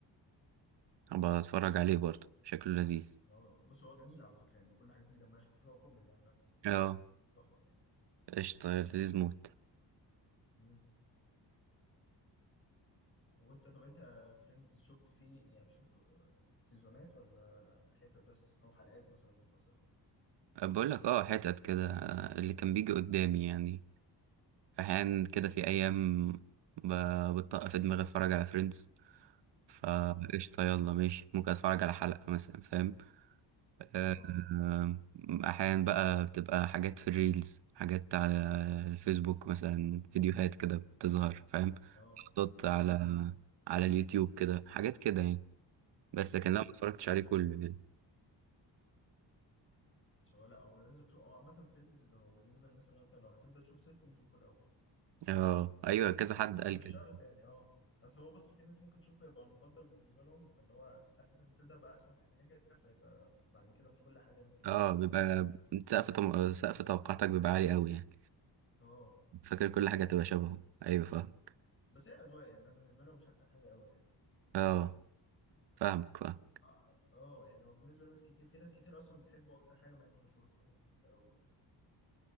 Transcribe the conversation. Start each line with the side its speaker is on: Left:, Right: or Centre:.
Right: ابقى اتفرج عليه برضه شكله لذيذ
Left: اه بس هو جميل على فكرة يعني كل حاجة فيه دمها خفيف هو كوميدي عامة
Right: اه
Left: تحفة يعني
Right: قشطة لذيذ موت
Left: مم. وانت طب انت فريندز شفت فيه يعني شفت آه، سيزونات ولا حتت بس او حلقات مثلا منفصلة
Right: آه، بقول لك اه حتت كده آه، اللي كان بيجي قدامي يعني احيانا كده في ايام ب- بتطق في دماغي اتفرج على فريندز فقشطة
Left: اه
Right: يلا ماشي ممكن اتفرج على حلقة مثلا فاهم آه،
Left: اه
Right: آه، أحيانا بقى بتبقى حاجات في الريلز حاجات على الفيسبوك مثلا فيديوهات كده بتظهر فاهم
Left: اه اه
Right: لقطات على
Left: اه اه
Right: على اليوتيوب كده حاجات كده يعني بس لكن
Left: امم
Right: لا ما اتفرجتش عليه كله كده
Left: بس هو لا هو لازم شو هو عامة فريندز هو بالنسبة للناس اللي هو انت لو هتبدأ تشوف سيت كوم شوفه الأول
Right: اه ايوه كذا حد قال
Left: ومش
Right: كده
Left: شرط يعني اه بس هو بص في ناس ممكن تشوفه يبقى المفضل بالنسبة لهم فاللي هو عارف انت بتبدأ بأحسن حاجة فيبقى بعد كده مش كل حاجة ممكن
Right: اه
Left: تعجبك
Right: بيبقى
Left: قوي يعني
Right: سقف طم... سقف توقعاتك بيبقى عالي قوي يعني
Left: اه
Right: فاكر كل حاجة تبقى شبهه ايوه فاهمك
Left: بس هي اذواق يعني انا بالنسبه لهم مش احسن حاجه قوي يعني
Right: اه فاهمك فاهم
Left: اه آه، يعني هو بالنسبه لناس كتير في ناس كتير اصلا بتحبه اكتر حاجه مع انهم ما شافوش حاجات كتير قوي برضه